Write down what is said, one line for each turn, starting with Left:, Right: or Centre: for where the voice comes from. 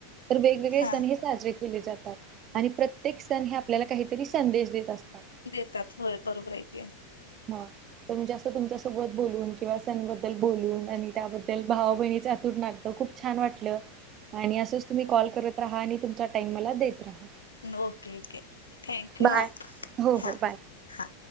Right: तर वेगवेगळे
Left: हा
Right: सण हे साजरे केले जातात. आणि प्रत्येक सण हे आपल्याला काहीतरी संदेश देत असतात.
Left: देतात होय बरोबर हाय की.
Right: हां कमी जास्त तुमच्या सोबत बोलून किंवा सणांबद्दल बोलून आणि त्याबद्दल भावा बहिणीचं अतूट नातं. तर खूप छान वाटलं, आणि असंच तुम्ही कॉल करत राहा आणि तुमचा टाइम मला देत राहा.
Left: ओके ओके, थँक्यू
Right: बाय.
Left: हा
Right: हो
Left: हा.
Right: हो बाय.
Left: हा